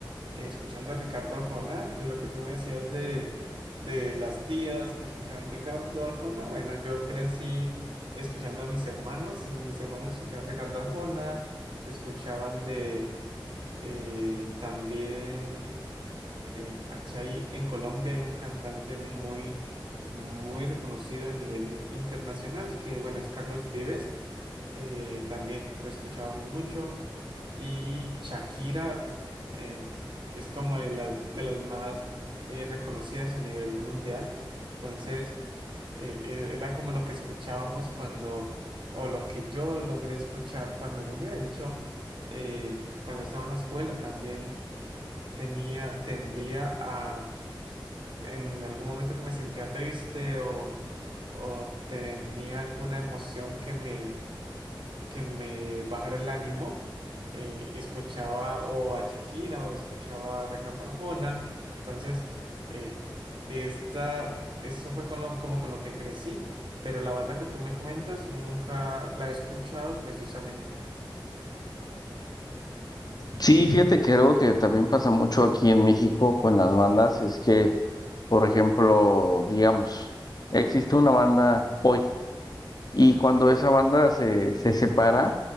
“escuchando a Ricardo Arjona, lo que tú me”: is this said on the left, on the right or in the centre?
Right